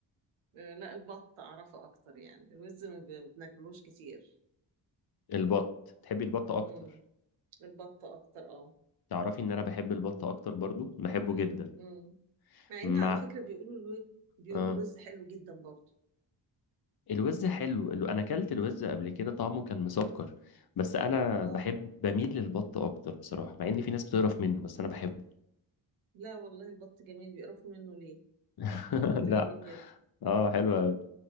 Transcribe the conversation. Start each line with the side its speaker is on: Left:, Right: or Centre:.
Right: آه، لا البط اعرفه اكتر يعني الوز ما ب- بناكلوش كتير
Left: البط بتحبي البط اكتر
Right: امم البط اكتر اه
Left: تعرفي ان انا بحب البط اكتر برضو بحبه جدا
Right: امم مع
Left: مع
Right: ان على فكرة بيقولوا الوز بيقولوا
Left: اه
Right: الوز حلو جدا برضه
Left: الوز حلو ال- انا اكلت الوز قبل كده طعمه كان مسكر بس انا
Right: اه
Left: بحب بميل للبط اكتر بصراحه مع ان في ناس بتقرف منه بس انا بحبه
Right: لا والله البط جميل بيقرفوا منه ليه
Left: <laughs>
Right: البط جميل
Left: لا
Right: جدا
Left: اه حلو
Right: <laughs>
Left: قوي